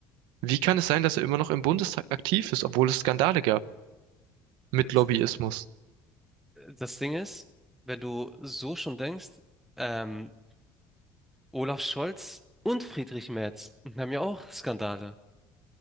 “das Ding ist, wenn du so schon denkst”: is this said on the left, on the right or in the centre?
Centre